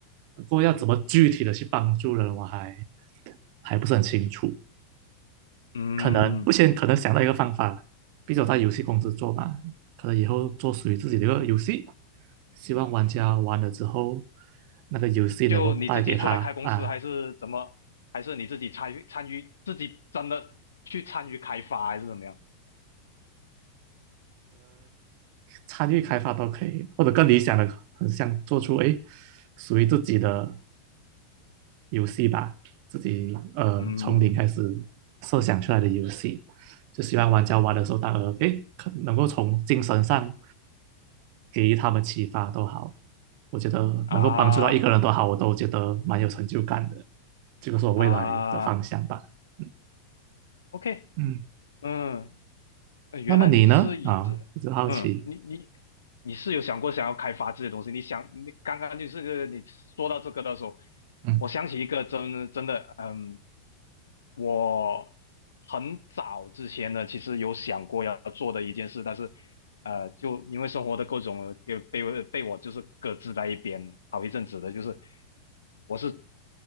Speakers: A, on the right (about 45°); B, on the left (about 70°).
A: 不过要怎么具体的去帮助人，我还还不是很清楚。
B: 嗯。
A: 可能目前可能想到一个方法，毕竟我在游戏公司做吧。可能以后做属于自己的一个游戏，希望玩家玩了之后，那个游戏能够带给他啊
B: 就你自己出来开公司，还是怎么？还是你自己参与参与，自己真的去参与开发，还是怎么样？
A: 参与开发都可以，或者更理想的，很想做出哎属于自己的游戏吧，自己呃从零开始
B: 嗯
A: 设想出来的游戏，就希望玩家玩的时候，当然哎可能够从精神上给予他们启发都好，我觉得能够帮助到一个人都好，
B: 啊
A: 我都觉得蛮有成就感的，这个是我未来的方向吧。
B: 啊
A: 嗯
B: ，OK，
A: 嗯，
B: 嗯，呃原来你是一直，
A: 那么你呢？啊，我就好奇。
B: 嗯，你你你是有想过想要开发这些东西？你想，你刚刚就是个你说到这个的时候，
A: 嗯
B: 我想起一个真真的，嗯，我很早之前呢，其实有想过要做的一件事，但是呃，就因为生活的各种呃给被我被我就是搁置在一边好一阵子的，就是我是